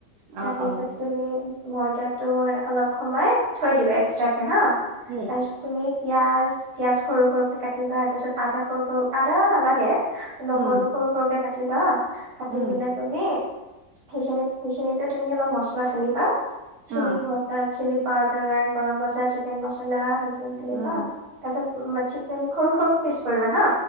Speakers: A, on the right; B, on the right.
A: তাৰপিছত
B: অ অ
A: তুমি ময়দাতো অলপ সময় থৈ দিব এক্সট্ৰাকে হা
B: উম
A: তাৰ পিছত তুমি পিঁয়াজ, পিয়াঁজ সৰু সৰুকে কাটিবা তাৰ পিছত আদা সৰু, সৰু আদা নালাগে নহৰু
B: উম
A: সৰু সৰুকে কাট কুটিবা কাটি
B: উম
A: কিনে তুমি সেইখিন সেইখিনিতে তুমি অলপ মছলা ঢালি পা চিলপ
B: অ
A: ম চিলি পাউদাৰ গৰম মচা চিকেন মচছলা খ
B: উম
A: বা তাৰত চিকেন সৰু সৰু পিচ কৰিবা হা